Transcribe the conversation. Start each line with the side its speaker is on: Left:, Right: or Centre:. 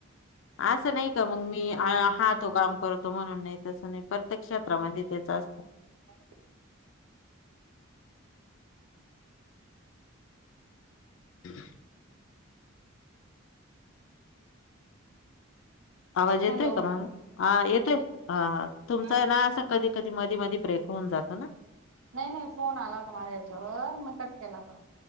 Left: अस नाही की तर मग मी हा हा तो काम करतो म्हणून नाही तसं नाही प्रत्येक क्षेत्रामध्ये तेच असतय.
Right: ह.
Left: हम्म. आवाज येतोय
Right: हॅलो
Left: का मला हा येतोय हा तुमचा
Right: हा
Left: ना
Right: ते
Left: अस कधी कधी मधी मधी ब्रेक कोण जात ना.
Right: नाही नाही फोन आला होता माझा याच्यावर मग कट केला पण